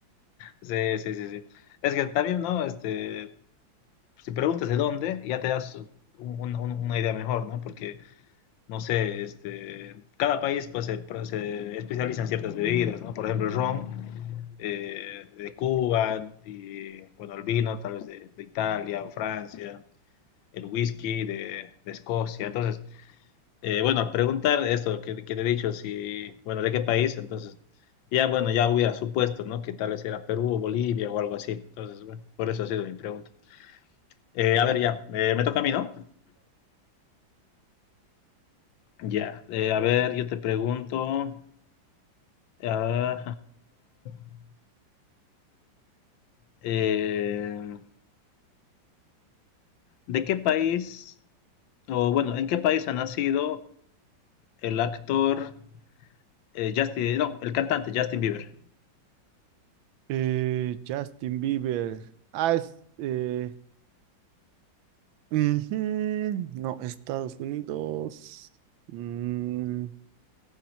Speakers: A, on the left; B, on the right.
A: Sí, sí, sí, sí. Es que también, ¿no? Este, si preguntas de dónde, ya te das un- un- un- una idea mejor, ¿no? Porque no sé, este, cada país pues se, se especializa en ciertas bebidas, ¿no? Por ejemplo, el ron eh, de Cuba, y bueno, el vino tal vez de, de Italia o Francia, el whisky de, de Escocia. Entonces, eh, bueno, al preguntar esto que, que te he dicho, si, bueno, de qué país, entonces, ya bueno, ya hubiera supuesto, ¿no? Que tal vez era Perú o Bolivia o algo así. Entonces, bueno, por eso ha sido mi pregunta. Eh, a ver, ya, eh, me toca a mí, ¿no? Ya, eh, a ver, yo te pregunto. ah, <laughs> Eh, ¿de qué país, o bueno, en qué país ha nacido el actor eh, Justin, no, el cantante Justin Bieber?
B: Eh, Justin Bieber. Ah, es. eh, Ujú, No, Estados Unidos. mm,